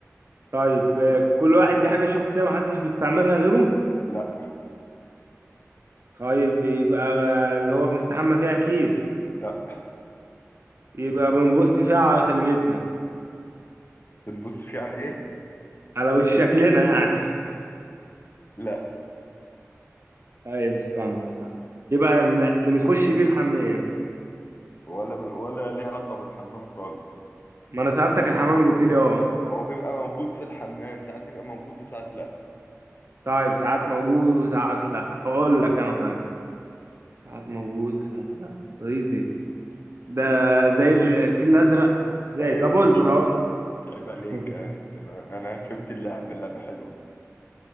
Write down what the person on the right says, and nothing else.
طيب آه، كل واحد ليه حاجة شخصية محدش بيستعملها غيره
طيب يبقى آه، اللي هو بنستحمى فيها اكيد
يبقى بنبص فيها على خلقتنا
على وش شكلنا يعني
طيب استنى استنى يبقى ال... بنخش بيه الحمام
ما انا سألتك الحمام قلت لي اه
طيب ساعات موجود وساعات لا هقول لك انا طيب ساعات موجود وساعات لا ايه دي ده
زي ال- الفيل الازرق ازاي
طب
اصبر هقول لك
<laughs>